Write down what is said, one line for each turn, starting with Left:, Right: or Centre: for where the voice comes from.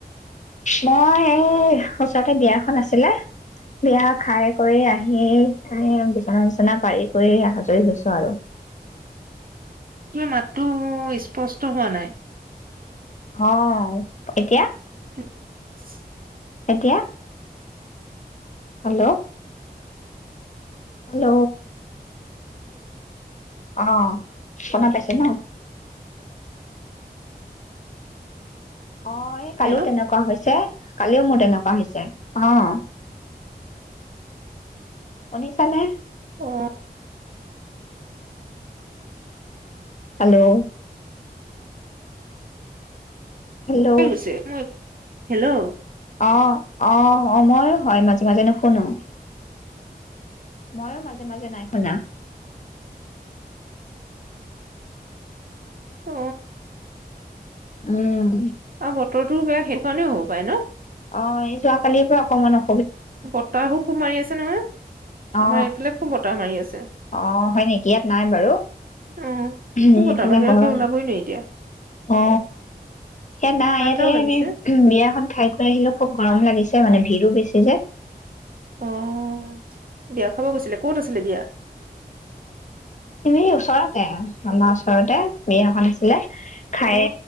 Left: মই এই ওচৰতে বিয়াখন আছিলে বিয়া খাই কৰি আহি আহি বিচনা চিচনা পাৰি কৰি আজৰি হৈছো আৰু
Right: মাতো স্পষ্ট হোৱা নাই
Left: অঁ এতিয়া?
Right: <unintelligible>
Left: এতিয়া? হেল্ল'। হেল্ল'। অ শুনা পাইছে ন অ এই কালিও
Right: হেল্ল
Left: তেনেকুৱা হৈছে কালিও মোৰ তেনেকুৱা হৈছে অহ শুনিছানে?
Right: আহ
Left: হেল্ল' হেল্ল'
Right: হৈ গৈছে মই, হেল্ল'
Left: অ অ অ ময়ো হয় মাজে মাজে নশুনো ময়ো মাজে মাজে নাই শুনা
Right: উ
Left: উম
Right: আৰু বতৰটোও বেয়া সেই মোবাইল ৰ
Left: অ এই যোৱা কালিৰ পৰা অকমান অ
Right: বতাহো খুব মাৰি আছে নহয়,
Left: অ
Right: আমাৰ এইফালে খুব বতাহ মাৰি আছে।
Left: অ হয় নেকি ইয়াত নাই বাৰু,
Right: অ খুব
Left: উ
Right: বতাহ
Left: ইফালে
Right: বাহিৰকে
Left: গৰম
Right: ওলাবই নোৱাৰি এতিয়া
Left: অ ইয়াত নাই
Right: ঠাণ্ডাও
Left: ইয়াত সে
Right: লাগিছে
Left: আমি বিয়াখন খাই কৰি আহিলো। খুব গৰম লাগিছে মানে ভিৰো বেছি যে।
Right: অহ বিয়া খাব গৈছিলে, ক'ত আছিলে বিয়া?
Left: তুমি ওচৰতে, আমাৰ ওচৰতে বিয়া এখন আছিলে। খাই
Right: অ